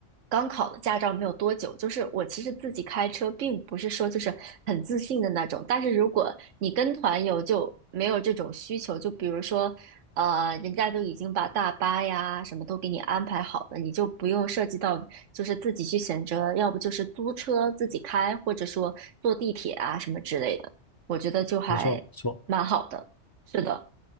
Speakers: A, on the right; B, on the left.
A: 刚考了驾照没有多久，就是我其实自己开车，并不是说就是很自信的那种。但是如果你跟团游，就没有这种需求。就比如说呃，人家都已经把大巴呀什么都给你安排好了，你就不用涉及到就是自己去选择，要不就是租车自己开，或者说坐地铁啊什么之类的，我觉得就还蛮好的。
B: 没错，没错。
A: 是的，